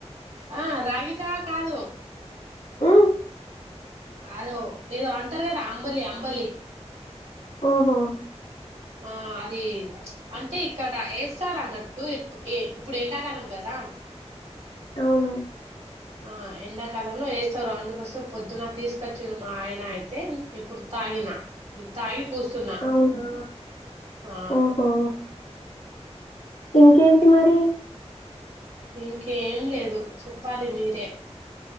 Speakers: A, on the right (about 65°); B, on the left (about 80°).
A: ఆ రాగి జావ కాదు
B: మ్మ్
A: కాదు ఏదో అంటారు కదా అంబలి అంబలి
B: ఓహో
A: ఆ అది అంటే ఇక్కడ ఏస్తారు అన్నట్టు <unintelligible> ఇప్పుడు ఎండకాలం కదా
B: అవునా
A: ఆ ఎండాకాలంలో ఏస్తారు అందుకోసం పొద్దున తీసుకొచ్చిండు మా ఆయన అయితే ఇప్పుడు తాగినా తాగి కూసున్నా
B: అవునా
A: ఆ
B: ఓహో ఇంకేంటి మరి
A: ఇంకేం లేదు చెప్పాలి మీరే